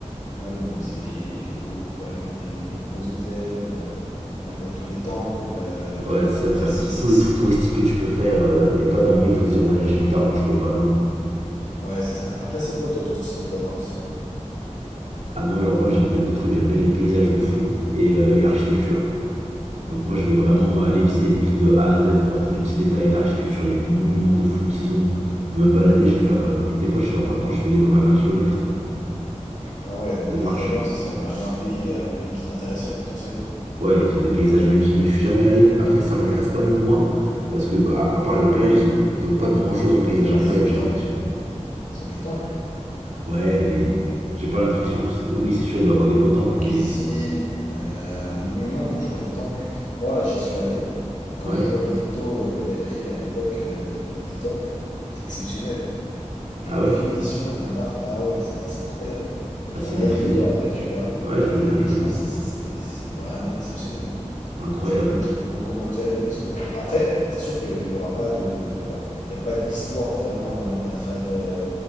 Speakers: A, on the left (about 80°); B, on the right (about 70°).
A: Ah oui, non, c'est. Il faut, faut aller dans les, dans les gros hôtels, euh, aller dans tous les temples. euh.
B: Ouais, c'est
A: Après,
B: ça, faire
A: si, si,
B: tous
A: si.
B: les trucs touristiques que tu peux faire. Il y a pas d'un moment il faut se dire ouais là j'ai plus d'argent, je peux pas. Non.
A: Ouais, c'est ça. Après, c'est quoi, toi, ton style de vacances?
B: À moi alors moi j'aime bien deux trucs. J'aime bien les paysages de fou et, euh, et l'architecture. Donc moi je vais vraiment
A: Ok.
B: aller visiter une ville de A à Z, voir tous les petits détails, l'architecture, les monuments de fous qu'ils ont, me balader, je vais faire... euh, Quand, des fois je suis en vacances, je fais des journées à 20 kilomètres
A: Ah ouais, donc
B: de marche.
A: la Thaïlande, ce serait vraiment un pays, euh, un pays qui t'intéresserait potentiellement.
B: Ouais, ils ont des paysages magnifiques, mais je suis jamais allé. Après ça m'intéresse quand même moins, parce que bah à part les plages, ils ont, ils ont pas grand-chose en paysage
A: Ouais,
B: incroyable,
A: ils ont les
B: j'ai
A: temples.
B: l'impression.
A: Ils ont les temples.
B: Ouais, mais j'ai pas l'impression que... Oui, c'est sûr, il doit y avoir des beaux temples, mais...
A: Les
B: si-
A: îles, euh, en monument, franchement, les temples. Moi, j'y suis allé, et quand
B: Ouais,
A: je vois les photos euh, que j'avais prises à l'époque euh, des, des des temples, c'est exceptionnel. Il
B: ah
A: y a une
B: ouais,
A: finition, un art. Ah ouais, c'est c'est incroyable. Je
B: assez
A: t'enverrai
B: maîtrisé.
A: des photos après, tu verras.
B: Ah Ouais, je veux
A: Et
B: bien,
A: franchement,
B: je veux bien.
A: c'est c'est- c'était- c'est vraiment exceptionnel.
B: Incroyable.
A: C'est, moi, je te recommande d'y aller parce que après, c'est sûr qu'il y aura pas de, enfin, il n'y a pas d'histoire vraiment euh, à travers, euh,